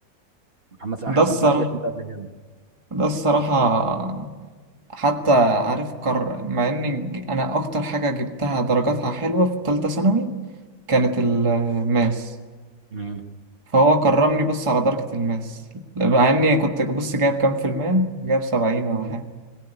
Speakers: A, on the right; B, on the right.
A: محمد
B: ده
A: حسن
B: الصراحة
A: سمعت الاسم ده قبل كده
B: ده الصراحة حتى عارف كر... مع إن ج- أنا أكتر حاجة جبتها درجاتها حلوة في تالتة ثانوي كانت الماس
A: مم.
B: فهو كرمني بس على درجة الماس مع إني كنت بص جايب كام في المية جايب سبعين ولا
A: مم.
B: حاجة